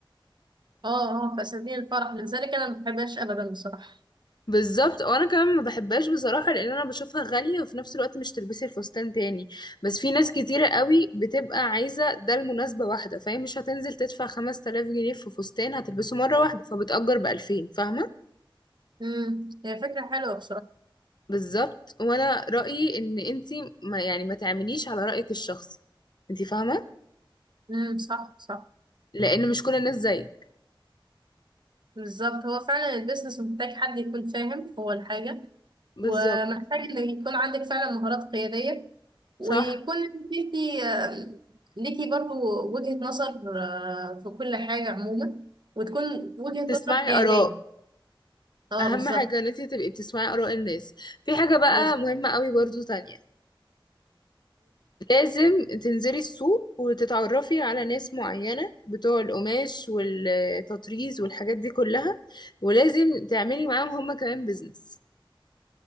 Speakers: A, on the right (about 55°); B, on the left (about 55°).
A: اه اه في اساليب الفرح لذلك انا ما بحبهاش ابدا بصراحه
B: بالظبط وانا كمان ما بحبهاش بصراحه لان انا بشوفها غاليه وفي نفس الوقت مش تلبسي الفستان تاني بس في ناس كتيره قوي بتبقى عايزه ده لمناسبه واحده فهي مش هتنزل تدفع 5000 جنيه في فستان هتلبسه مره واحده فبتأجر ب 2000 فاهمه
A: امم هي فكره حلوه بصراحه
B: بالظبط وانا رأيي ان انتي ما يعني ما تعمليش على رأيك الشخصي انتي فاهمه
A: امم صح صح
B: لان مش كل الناس زيك
A: بالظبط هو فعلا البيزنس محتاج حد يكون فاهم هو الحاجه
B: بالظبط
A: ومحتاج ان يكون عندك فعلا مهارات قياديه ويكون
B: صح
A: ليكي آه، ليكي برضو وجهه نظر آه، في كل حاجه عموما وتكون وجهه
B: تسمعي
A: نظر حياديه
B: آراء
A: اه
B: اهم
A: بالظبط
B: حاجه ان انتي تبقي بتسمعي آراء الناس في حاجه بقى
A: بالظبط
B: مهمه قوي برضو تانية لازم تنزلي السوق وتتعرفي على ناس معينة بتوع القماش والتطريز والحاجات دي كلها ولازم تعملي معاهم هما كمان بيزنس